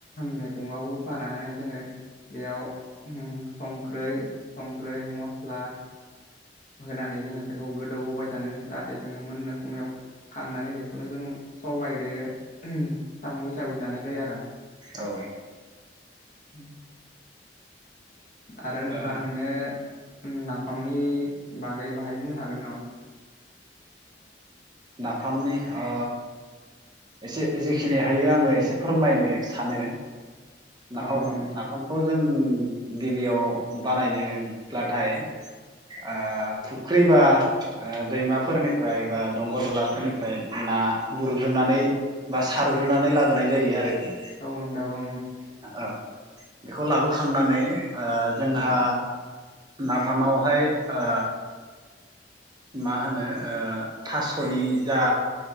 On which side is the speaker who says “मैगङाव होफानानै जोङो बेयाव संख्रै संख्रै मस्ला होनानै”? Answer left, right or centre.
Left